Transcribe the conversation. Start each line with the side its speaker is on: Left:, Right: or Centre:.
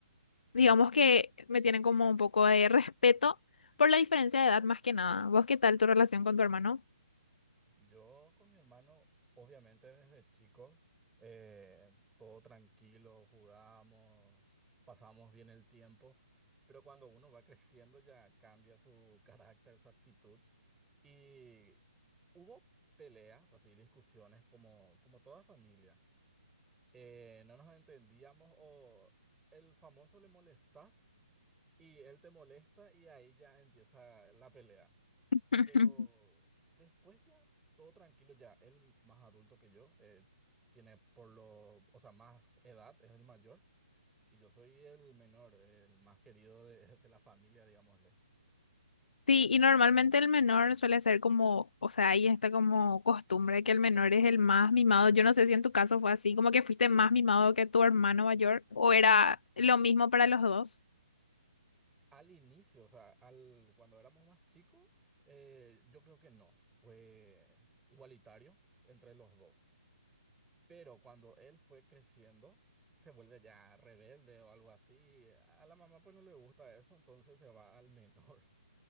Left: digamos que me tienen como un poco de respeto por la diferencia de edad más que nada. ¿Vos qué tal tu relación con tu hermano?
Centre: Yo con mi hermano, obviamente desde chicos, eh, todo tranquilo, jugamos, pasamos bien el tiempo, pero cuando uno va creciendo ya cambia su carácter, su actitud. Y hubo peleas, así discusiones como, como toda familia. Eh, no nos entendíamos o el famoso le molestas y él te molesta y ahí ya empieza la pelea.
Left: <laughs>
Centre: Pero después ya, todo tranquilo, ya él más adulto que yo, eh, t- tiene por lo, o sea, más edad, es el mayor, y yo soy el menor, el más querido de, de la familia, digámosle.
Left: Sí, y normalmente el menor suele ser como, o sea, ahí está como costumbre que el menor es el más mimado. Yo no sé si en tu caso fue así, como que fuiste más mimado que tu hermano mayor, o era lo mismo para los dos.
Centre: Al inicio, o sea, al, cuando éramos más chicos, eh, yo creo que no, fue igualitario entre los dos. Pero cuando él fue creciendo, se vuelve ya rebelde o algo así. A la mamá pues no le gusta eso, entonces se va al menor.